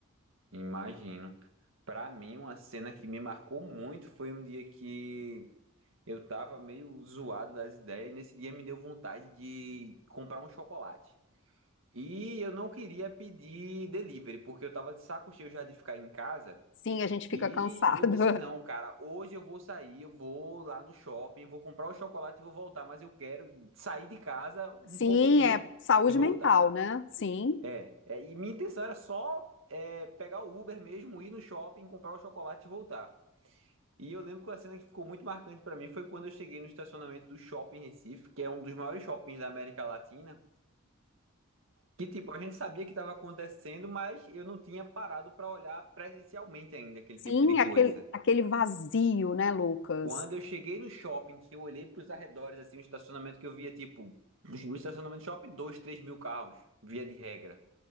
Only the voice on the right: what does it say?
imagino. Pra mim, uma cena que me marcou muito foi um dia que eu tava meio zoado das ideias e nesse dia me deu vontade de comprar um chocolate. E eu não queria pedir delivery, porque eu tava de saco cheio já de ficar em casa.
E
eu disse: não, cara, hoje eu vou sair, eu vou lá no shopping, vou comprar o chocolate e vou voltar, mas eu quero sair de casa um
pouquinho
e voltar.
É, é, e minha intenção era só é, pegar o Uber mesmo, ir no shopping, comprar o chocolate e voltar. E eu lembro que a cena que ficou muito marcante pra mim foi quando eu cheguei no estacionamento do Shopping Recife, que é um dos maiores shoppings da América Latina. Que tipo, a gente sabia que estava acontecendo, mas eu não tinha parado para olhar presencialmente ainda aquele
tipo de coisa.
Quando eu cheguei no shopping, que eu olhei para os arredores, assim, um estacionamento que eu via, tipo, um estacionamento de shopping, dois, três mil carros, via de regra.